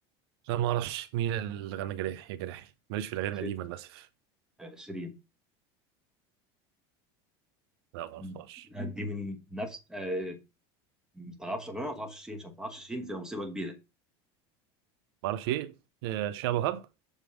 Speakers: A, on the right; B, in the centre.
A: لا ما أعرفش مين اللي غنى جارحي يا جارحي ماليش في الأغاني
B: ش-
A: القديمة للأسف
B: آه، شيرين
A: لا ما أعرفهاش
B: مم. آه، دي من نفس آه، ما تعرفش اغنيه ما تعرفش شيرين عشان ما تعرفش شيرين تبقى مصيبه كبيره
A: ما أعرفش إيه آه شعب وهب